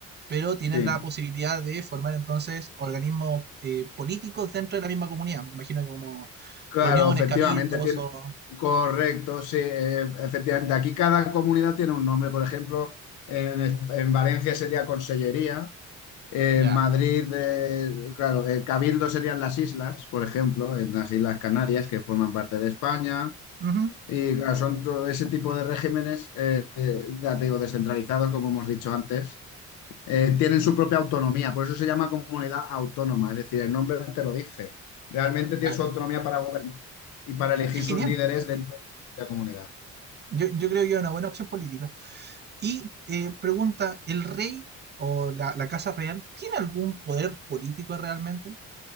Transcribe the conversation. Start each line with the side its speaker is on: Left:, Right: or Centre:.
Right: pero tienen
Left: sí,
Right: la posibilidad de formar entonces organismos eh, políticos dentro de la misma comunidad. Me imagino que como
Left: Claro,
Right: reuniones,
Left: efectivamente,
Right: cabildos
Left: tiene,
Right: o...
Left: correcto, sí, eh, efectivamente. Aquí cada comunidad tiene un nombre, por ejemplo, en, Es- en Valencia sería Consellería, eh,
Right: Ya.
Left: en Madrid, eh, claro, eh, Cabildo serían las islas, por ejemplo, en las Islas Canarias, que forman parte de España,
Right: Ujú.
Left: y claro, son todo ese tipo de regímenes, eh, eh, ya te digo, descentralizados, como hemos dicho antes eh, tienen su propia autonomía, por eso se llama comunidad autónoma, es decir, el nombre te lo dice. Realmente tiene
Right: Claro.
Left: su autonomía para gobernar y para elegir
Right: Qué genial.
Left: sus líderes dentro de su propia comunidad.
Right: Yo, yo creo que es una buena opción política. Y eh, pregunta, ¿el rey o la, la, casa real tiene algún poder político realmente?